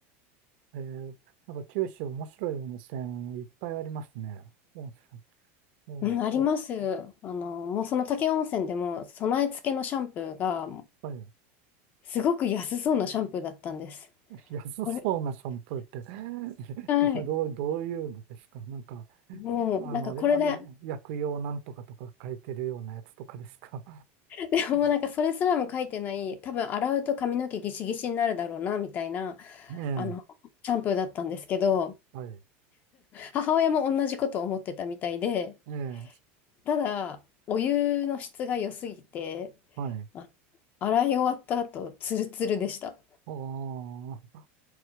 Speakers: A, on the right (about 50°); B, on the left (about 25°).
A: えー、なんか九州面白い温泉いっぱいありますね。うんええ、やっ
B: うん、あります。あの、もうその武雄温泉でも備え付けのシャンプーが
A: ぱりね
B: すごく安そうなシャンプーだったんです。
A: 安そうなシャンプーって
B: これ、
A: <laughs>
B: はい。
A: どう、どう、どういうのですかなんか、
B: もうなんかこれで
A: あの、い薬用なんとかとか書いてるようなやつとかですか
B: <laughs> もうなんかそれすらも書いてない、多分洗うと髪の毛ギシギシになるだろうな、みたいな、
A: ええ、
B: あの、シャンプーだったんですけど、
A: はい。
B: 母親も同じことを思ってたみたいで、
A: ええ、
B: ただ、お湯の質が良すぎて、
A: はい。
B: あ洗い終わった後、ツルツルでした。
A: おー、